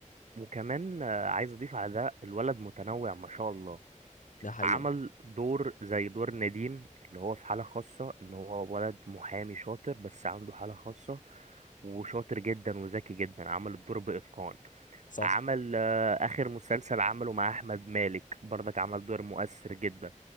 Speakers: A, on the right (about 60°); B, on the left (about 75°).
A: وكمان آه، عايز اضيف على ده الولد متنوع ما شاء الله
B: ده حقيقه
A: عمل دور زي دور نديم اللي هو في حالة خاصة ان هو ولد محامي شاطر بس عنده حالة خاصة وشاطر جدا وذكي جدا عمل الدور بإتقان
B: صح
A: عمل آه، آخر مسلسل عمله مع أحمد مالك برضك عمل دور مؤثر جدا